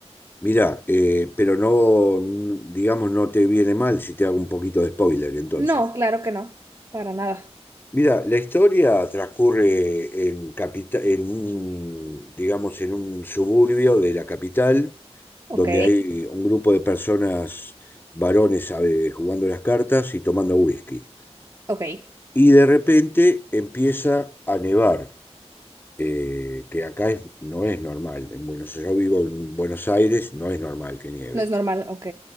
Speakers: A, on the left (about 20°); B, on the right (about 35°).
A: Mirá, eh, pero no, n- digamos, no te viene mal si te hago un poquito de spoiler entonces.
B: No, claro que no, para nada.
A: Mira, la historia transcurre en capita- en un, digamos, en un suburbio de la capital,
B: Ok,
A: donde hay un grupo de personas, varones, eh, jugando las cartas y tomando whisky.
B: ok.
A: Y de repente empieza a nevar, eh, que acá es- no es normal. En Buenos, yo vivo en Buenos Aires, no es normal que nieve.
B: No es normal, ok,